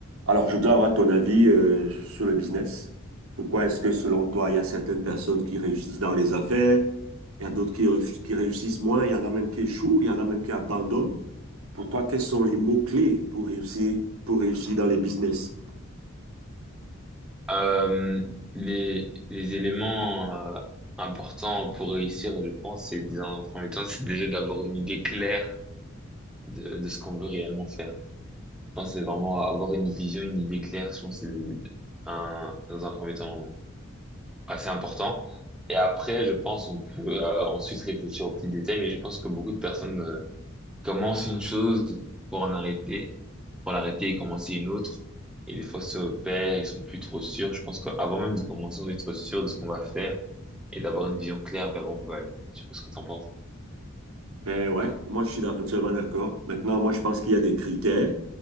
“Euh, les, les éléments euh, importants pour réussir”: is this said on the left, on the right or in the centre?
Centre